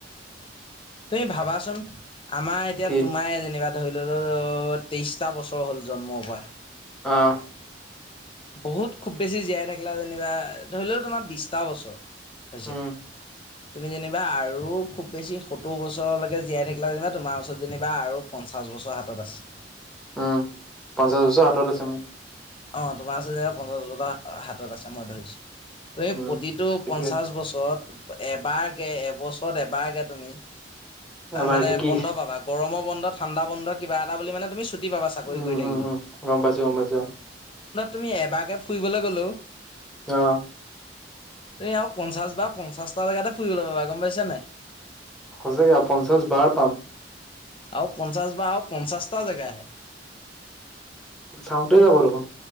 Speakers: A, on the left; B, in the centre.
A: তুমি ভাবাচোন আমাৰ এতিয়া
B: কি
A: তোমাৰে যেনিবা ধৰি লল তেইশটা বছৰ হ'ল জন্মৰ পৰা।
B: অঁ
A: বহুত খুব বেছি জীয়াই থাকিলা যেনিবা ধৰি লও তোমাৰ বিছটা বছৰ। হৈছে।
B: উম
A: তুমি যেনিবা আৰু খুব বেছি সত্তৰ বছৰলৈকে জীয়াই থাকিলা যেনিবা তোমাৰ ওচৰত যেনিবা আৰু পঞ্চাছ বছৰ হাতত আছে
B: উম পঞ্চাছ বছৰ হাতত আছে উম <unintelligible>
A: অঁ তোমাৰ ওচৰত যে পঞ্চাছবছৰটা হাতত আছে মই ধৰিছোঁ ত এই
B: উম
A: প্ৰতিটো
B: ঠিকে
A: পঞ্চাশ
B: আছে
A: বছৰত এবাৰ গে এবছৰত এবাৰ কে তুমি
B: এবাৰকে
A: মানে
B: কি
A: বন্ধ পাবা গৰমৰ বন্ধ, ঠাণ্ডা বন্ধ কিবাএটা এটা বুলি মানে তুমি ছুটি পাবা চাকৰি
B: উম
A: কৰি থাকিলোঁ
B: উম উম গম পাইছো গম পাইছো
A: তুমি এবাকে ফুৰিবলৈ গ'লো
B: অ
A: তুমি আৰু পঞ্চাশ বা পঞ্চাশটা জেগাতে ফুৰিবলে পাবা গম পাইছা নাই
B: সচাকে পঞ্চাশ বাৰ পাম
A: আৰু পঞ্চাশ বা আৰু পঞ্চাছটা জেগা হে
B: চাওঁতে যাব দেখোন